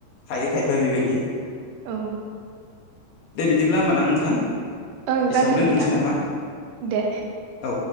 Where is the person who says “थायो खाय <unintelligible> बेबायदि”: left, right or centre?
Left